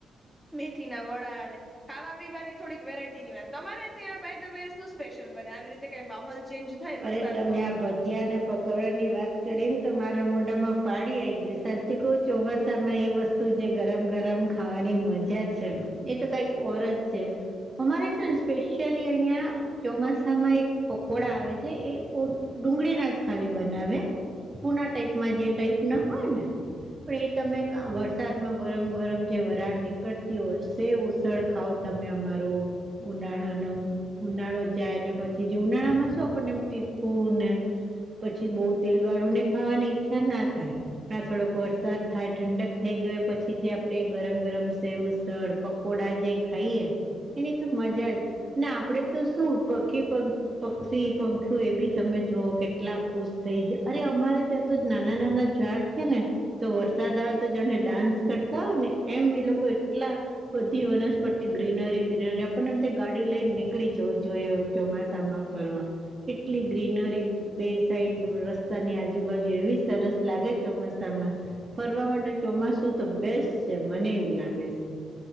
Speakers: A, in the centre; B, on the right.
A: મેથી ના વડા અને ખાવા પીવાની થોડીક વેરાયટી ની વાત તમારે ત્યાં બાઇ ધ વે શું સ્પેશિયલ બને આવી રીતે કઈ માહોલ ચેન્જ થાય વરસાદનો
B: અરે તમે આ ભજ જ્જિયાંને પકોડા ની વાત કરીને તો મારા મોઢામાં પાડી આવી ગયું સાચું કહું ચોમાસામાં એ વસ્તુ તું જે ગરમ ગરમ ખાવાની મજા છે એ તો કઈક ઓર જ છે. અમારે છે ને સ્પેશિયલી અહિયાં ચોમાસામાં એક પકોડા આવે છે. જે એ ઓ ડુંગળી ના જ ખાલી બનાવે. પુના ટાઈપમાં જે ટાઈપ ના હોય ને પણ એ તમે વરસાદમાં ગરમ ગરમ જે વરાળ નીકળતી હોય, સેવ ઉસળ ખાઓ તમે અમારું. ઉનાળો નો ઉનાળો જાય ને પછી જે ઉનાળા માં શું આપણ એવું તીખું ને પછી બહુ તેલ વાળું ને ખાવાની ઈચ્છા ના થાય ના થોડોક વરસાદ થાય ઠંડક થઈ ગયો પછી જે આપણે ગરમ ગરમ સેવઉસળ પક કોડા જે ખાઈએ એની તો મજા જ ના આપણે તો શું પખી પક્ષી પંખ્યું એ બી તમે જુઓ કેટલા ખુશ થઈ જાય અરે અમારે ત્યાં તો નાના નાના ઝાડ છે ને તો વરસાદ આવે તો જાને ડાન્સ કરતા હોય ને એમ એ લોકો એટલા બધી વનસ્પતિ ગ્રીનરી ગ્રીનરી આપણને એમ થાય ગાડી લઈને નીકળી જવું જોઈએ ચોમાસા માં ફરવા. કેટલી ગ્રીનરી બે સાઈડ રસ્તાની આજુબાજુ એવી સરસ લાગે ચોમાસામાં ફરવા માટે ચોમાસું તો બેસ્ટ છે મને એવું લાગે છે.